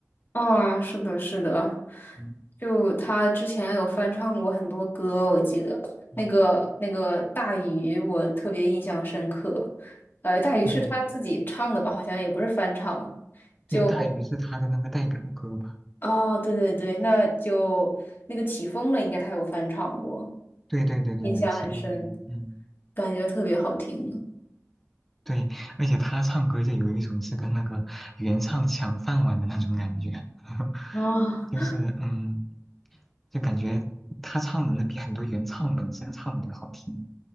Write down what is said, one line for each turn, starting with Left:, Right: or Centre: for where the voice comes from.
Left: 啊，是的，是的，
Centre: 嗯
Left: 就他之前有翻唱过很多歌，我记得那个那个大鱼，
Centre: 嗯，
Left: 我特别印象深刻。呃，大鱼是他自己唱的吧？
Centre: 对
Left: 好像也不是翻唱，就
Centre: 对，大鱼是他的那个代表歌吧？
Left: 哦，对对对，那就那个起风了，应该他有翻唱过，
Centre: 对对对对对，
Left: 印象很深，
Centre: 其中一个嗯。
Left: 感觉特别好听呢
Centre: 对，而且他唱歌就有一种是跟那个原唱抢饭碗的那种感觉，<laughs>
Left: 啊、
Centre: 就是嗯，就感觉他唱的那比很多原唱本身唱的都好听。